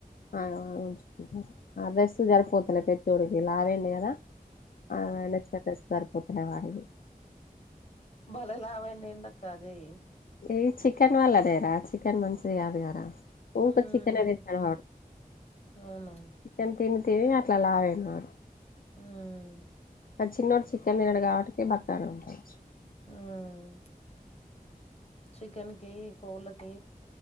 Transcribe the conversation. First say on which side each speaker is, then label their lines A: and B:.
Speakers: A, on the left; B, on the left.
A: ఆగావ్ ఆగావ్ ఉంచుకుంటారు ఆ డ్రెస్ సరిపోతలే పెద్దోడికి లావు అయినడు కదా అయినొచ్చినాక ఏస్ సరిపోతలేవ్ అడిగి
B: బలే లావైడ్ ఎందక్కా అజేయ్
A: ఈ చికెన్ వల్లనేర చికెన్ మంచిది గాదు గదా రా ఊకే
B: మ్మ్
A: చికెన్ ఏ తింటాడు వాడు
B: అవునా
A: కిచెన్ తిని తిని అట్లా లావు అయినడ్ వాడు
B: హుహ్
A: అడ్ చిన్నోడ్ చికెన్ తినడు గావాటికి బక్కానే ఉంటాడు.
B: ఉహుహ్ చికెన్ కి కోళ్లకి